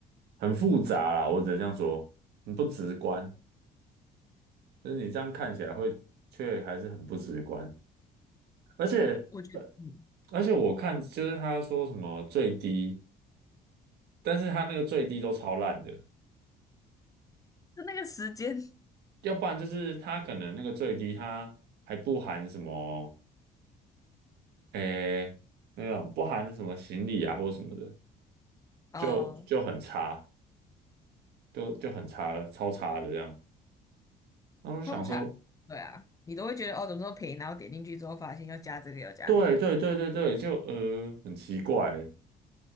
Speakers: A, on the right; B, on the left.
A: 很复杂啦，我只能这样说，很不直观，就是你这样看起来会却还是很不直观，而且呃
B: 呃我觉得，嗯，
A: 而且我看就是他说什么最低，但是他那个最低都超烂的，
B: 就那个时间
A: 要不然就是他可能那个最低他还不含什么诶那种不含什么行李啊或什么的，
B: 哦，
A: 就就很差。就就很差了超差的这样。然后我就想说，
B: 通常对啊，你都会觉得哦，怎么这么便宜，然后点进去之后发现要加这个要加那个，
A: 对对对对对，就呃很奇怪。